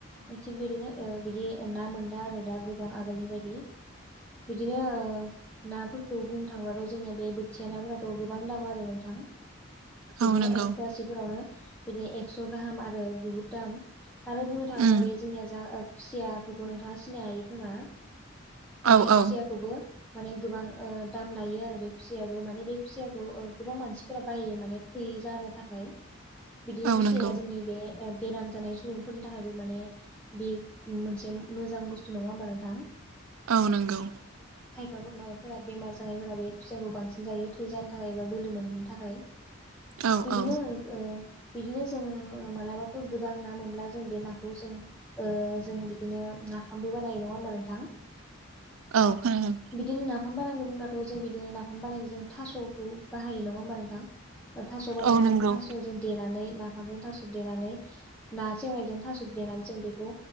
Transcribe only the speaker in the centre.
एथि बिबादिनो ओ बिदि ना मोना आरो दा गोबां आगोलनि बादि। बिदिनो नाफोरखौ बुंनो थांब्लाथ' जोंनिया बे बोथिया नाफोराथ' गोबां दाम आरो नोंथां।
बिदिनो
ओ फुवासेफोरावनो बिदिनो एक्स' गाहाम आरो बहुद दाम। आरो बुंनो थाङोब्ला
बे जोंनिया जा खुसियाखौथ' नोंथाङा सिनाय हायो खोमा। ओ
बे
खुसियाखौबो माने गोबां ओ दाम लायो आरो बे खुसियाबो माने बे खुसियाखौ ओ गोबां मानसिफोरा बायो माने थै जा नो थाखाय बिदिनो
खुसिया
जोंनि बे ओ बेराम जानाय सुबुंफोरनि थाखायबो माने बे मोनसे मोजां बुस्थु नङा होमबा नोंथां।
बिथांमोनना फोरा बेमार जानायफोरा बे खुसियाखौ बांसिन जायो थै जानो थाखाय एबा बोलो मोननो थाखाय।
बिदिनो
ओ बिदिनो जों मालाबाफोर गोबां ना मोनब्ला जों बे नाखौ जों ओ जों बिदिनो नाफामबो बानायो नङा होमबा नोंथां।
बिदिनो नाफाम बानायनि बुंब्लाथ' जों बिदिनो नाफाम बानायो जों थास'खौ बाहायो नङा होमबा नोंथां। थास' बानायनानै
थास' जों देनानै ना फामजों थास' देनानै ना सेवनायजों थास' देनानै जों बेखौ